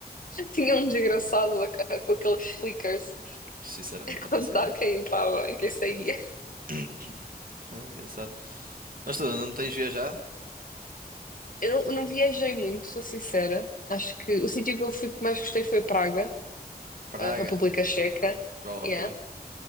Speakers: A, on the left (about 55°); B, on the right (about 55°).
A: tinha um desgraçado a- a- com aqueles flickers
B: Sinceramente,
A: a
B: não
A: contar
B: faço ideia.
A: quem entrava e quem saía.
B: <clears throat> Ah, engraçado. Mas tu não tens viajado?
A: Eu não viajei muito, sou sincera. Acho que o sítio que eu fui que mais gostei foi Praga,
B: Praga.
A: a República Checa.
B: Já lá
A: Yeah.
B: foi.